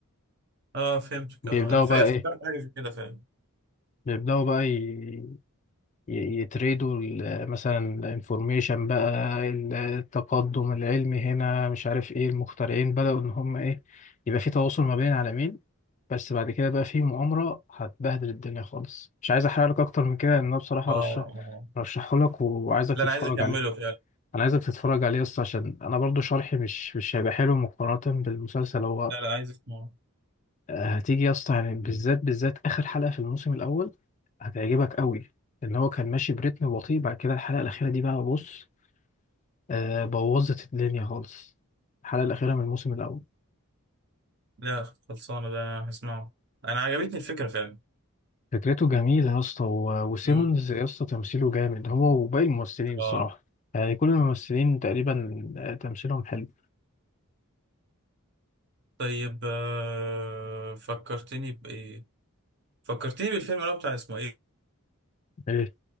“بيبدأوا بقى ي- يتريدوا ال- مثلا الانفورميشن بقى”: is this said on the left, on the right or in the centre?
Left